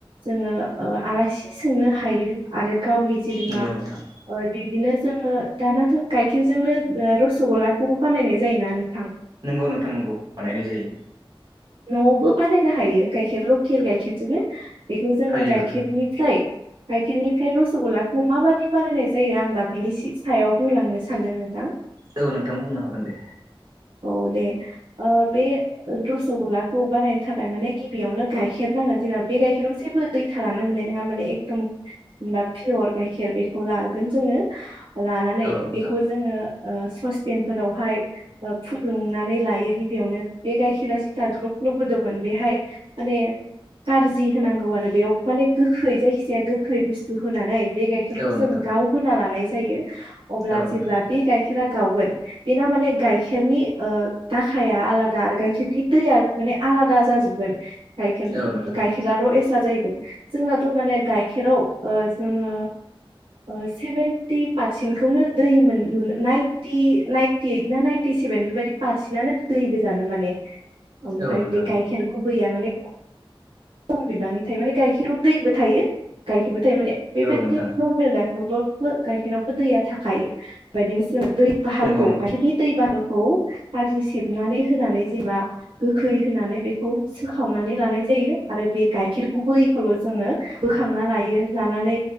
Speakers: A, on the right; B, on the right.
A: जोङो ओ आसि सोंनो हायो आरो गावनि जेनेबा
B: नंगौ नोंथां
A: ओ बिदिनो जोङो दानाथ' गाइखेरजोंनो ओ रस'गलाखौ बानायनाय जायोना नों
B: नोंगौ नोंथां नोंगौ बानायनाय जायो
A: न'आवबो बानायनो हायो गाइखेर लकेल गाइखेरजोंनो बेखौ जोङो
B: हायो
A: गाइखेरनिफ्राय
B: नोंथां
A: गाइखेरनिफ्राय रस'गल्लाखौ माबादि बानायनाय जायो आं दाब बिनि सि-सायाव बुंलांनो सानदों नोंथां
B: औ नोंथां बुंनो हागोन दे
A: औ दे अ बे रस'गल्लाखौ बानायनो थाखाय माने गिबियावनो गाइखेर नांगोन जेनेबा बे गाइखेराव जेबो दै थालानो मोननाय नङा माने एकदम जेनेबा पियर गाइखेर बेखौ लागोन जोङो लानानै
B: औ नोंथां
A: बेखौ जोङो ओ ससपेनफोरावहाय ओ फुदुंनानै लायो गिबियावनो बे गाइखेरा जिथा ग्लब ग्लब गोदौगोन बेहाय माने कारजि होनांगौ आरो बेयाव माने गोखै जायखिजाया गोखै बुस्थु होनानै बे गाइखेरखौ
B: औ
A: जों
B: नोंथां
A: गाव लानाय जायो अब्ला
B: औ
A: जेब्ला
B: नोंथां
A: बे गाइखेरा गावगोन बेना माने गाइखेरनि ओ दाखाया आलादा आरो गाइखेरनि दैया माने आलादा जाजोबगोन गायखेर
B: औ नोंथां
A: गायखेराथ एस थां जाहैगोन जोंनाथ' माने गाइखेराव ओ जोङो ओ सेभेनटि पारसेन्टखौनो दै मोन मोन नाइनटि नाइनटि ओइट ना नाइनटि सेभेन बेबायादि पारसेन्टानो दै गोजानो माने ओमफ्राय
B: औ नोंथां
A: बे गाइखेर गुबैया माने खम बिबांनि थायो माने गाइखेराव दैबो थायो गाइखेरबो थायो नाथाय माने बेबायदिनो
B: औ नोंथां
A: नर्मेल <inaudible> गाइखेरावबो दैया <inaudible> थाखायो बेदिनो <inaudible> दै बाहागोखौ
B: नंगौ नोंथां
A: गाइखेरनि दै बाहागो खौ खारजि सेबनानै होनानै जेब्ला गोखै होनानै बेखौ सोखावनानै लानाय जायो आरो बे गाइखेर गुबैखौल' जोङो बोखांना लायो, लानानै